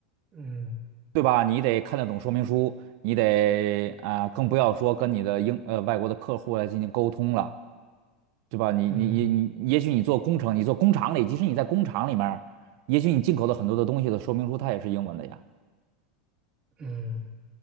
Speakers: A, on the right; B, on the right.
A: 嗯
B: 对吧？你得看得懂说明书，你得啊、更不要说跟你的英呃外国的客户来进行沟通了，对吧？你你你你，
A: 嗯
B: 也许你做工程，你做工厂里，即使你在工厂里面儿也许你进口的很多的东西的说明书它也是英文的呀。
A: 嗯，